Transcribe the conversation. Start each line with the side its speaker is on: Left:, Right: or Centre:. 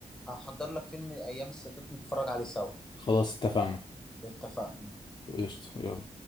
Centre: هحضر لك فيلم أيام السادات نتفرج عليه سوا
Left: خلاص اتفقنا
Centre: اتفقنا
Left: قشطه يلا